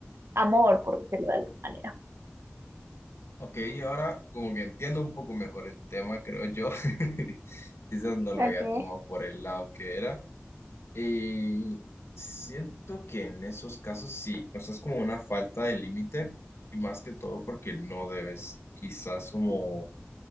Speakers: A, on the right (about 80°); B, on the left (about 85°).
A: amor, por decirlo de alguna manera.
B: Ok, y ahora como que entiendo un poco mejor el tema, creo yo. <laughs> Quizás no lo
A: ¿Okay,
B: había tomado por el lado que era. Y siento que en esos casos sí, o sea, es como una falta de límite y más que todo porque no debes quizás como